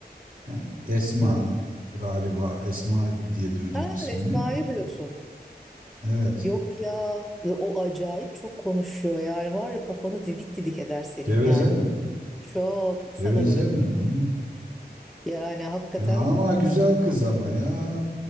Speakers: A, on the right (about 55°); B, in the centre.
A: He, Esma
B: Hmm.
A: galiba Esma diye duydum
B: Ha
A: ismini.
B: Esma'yı diyorsun.
A: Evet.
B: Yok ya o acayip çok konuşuyor yani var ya kafanı didik didik eder senin
A: Geveze
B: yani.
A: mi?
B: Çok hiç
A: Geveze
B: sana göre
A: mi?
B: değil.
A: Hı.
B: Yani hakikaten
A: Ya ama güzel kız ama ya.